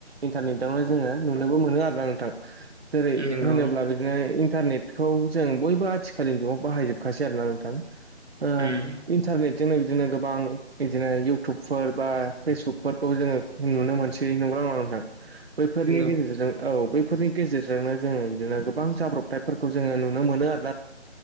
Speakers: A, on the right; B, on the right.
A: इन्टारनेटावनो जोङो नुनोबो मोनो आरो ना नोंथां जेरै
B: नंगौ
A: होनोब्ला बिदिनो इन्टारनेट बेखौ जों बयबो आथिखालनि न'आव बाहायजोबखासै आरो ना नोंथां। ओ
B: उम।
A: इन्टारनेटजोंनो बिदिनो गोबां बिदिनो इउटुबफोर बा फेसबुकफोरखौ जोङो नुनो मोनसै नंगो ना नङा नोंथां? बैफोरनि
B: नंगौ
A: गेजेरजों औ बै फोरनि गेजेरजोंनो जोङो बिदिनो गोबां जाब्रबथायफोरखौ जोङो नुनो मोनो आरो